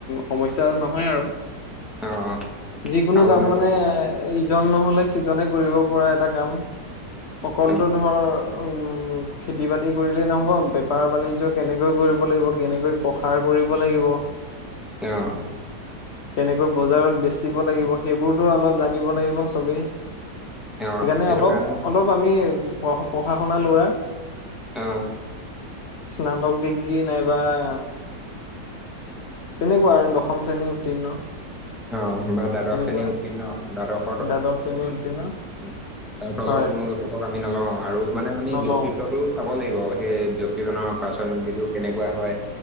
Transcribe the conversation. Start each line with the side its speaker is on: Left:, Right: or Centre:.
Left: সমস্যা নহয় আৰু।
Centre: অ অ
Left: যিকোনো
Centre: আৰু
Left: কাম
Centre: লগত
Left: মানে- ইজন নহলে সিজনে কৰিব পৰা এটা কাম অকলতো
Centre: অ
Left: ধৰ উম- খেতি বাতি কৰিলেই নহব বেপাৰ বাণিজ্য কেনেকৈ কৰিব লাগিব কেনেকৈ প্ৰসাৰ কৰিব লাগিব।
Centre: অঁ'
Left: কেনেকৈ বজাৰত বেছিব লাগিব সেইবোৰতো অলপ জানিব লাগিব চবেই।
Centre: অ
Left: সেইকাৰণে
Centre: সেইটো
Left: অলপ
Centre: কাৰণে
Left: অলপ আমি পঢ়া শুনা লৰা।
Centre: অঁ'
Left: স্নাতক ডিগ্ৰী নাইবা- তেনেকুৱা আৰু দশম শ্ৰেণীৰ উত্তীৰ্ণ।
Centre: অ বা দ্বাদশ
Left: তেনেকুৱা
Centre: শ্ৰেণী উত্তীৰ্ণ দ্বাদশ,
Left: দ্বাদশ শ্ৰেনীৰ উত্তীৰ্ণ।
Centre: ত তলৰ
Left: হয়
Centre: কোনো যুৱকক আমি নলওঁ আৰু মানে আমি
Left: নলওঁ
Centre: ব্যয়ক্তিত্বতো, চাব লাগিব সেই ব্যক্তিজনৰ পাৰ্চনেলিটিটো কেনেকুৱা হয়,